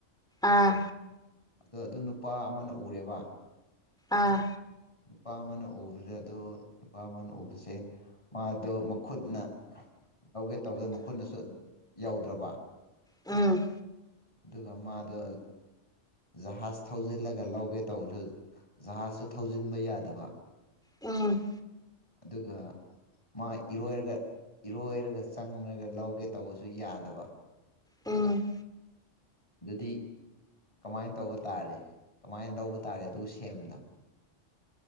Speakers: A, in the centre; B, on the left (about 25°).
A: ꯑꯥ
B: ꯑꯗꯣ ꯑꯗꯨ ꯅꯨꯄꯥ ꯑꯃꯅ ꯎꯔꯦꯕ
A: ꯑꯥ
B: ꯅꯨꯄꯥ ꯑꯃꯅ ꯎꯕꯗ ꯑꯗꯣ ꯅꯨꯄꯥ ꯑꯃꯅ ꯎꯕꯁꯦ ꯃꯥꯗꯣ ꯃꯈꯨꯠꯅ ꯇꯧꯒꯦ ꯇꯧꯕꯗ ꯃꯈꯨꯠꯅꯁꯨ ꯌꯧꯗ꯭ꯔꯕ
A: ꯎꯝ
B: ꯑꯗꯨꯒ ꯃꯥꯗꯣ ꯖꯍꯥꯖ ꯊꯧꯖꯤꯜꯂꯒ ꯂꯧꯒꯦ ꯇꯧꯕꯗꯨ ꯖꯍꯥꯖꯁꯨ ꯊꯧꯖꯤꯟꯕ ꯌꯥꯗꯕ
A: ꯎꯝ
B: ꯑꯗꯨꯒ ꯃꯥ ꯏꯔꯣꯏꯔꯒ ꯏꯔꯣꯏꯔꯒ ꯆꯪꯉꯒ ꯂꯧꯒꯦ ꯇꯧꯕꯁꯨ ꯌꯥꯗꯕ
A: ꯎꯝ
B: ꯑꯗꯨꯗꯤ ꯀꯃꯥꯏꯅ ꯇꯧꯕ ꯇꯥꯔꯦ ꯀꯃꯥꯏꯅ ꯂꯧꯕ ꯇꯥꯔꯦ ꯑꯗꯨ ꯁꯦꯝꯗꯣ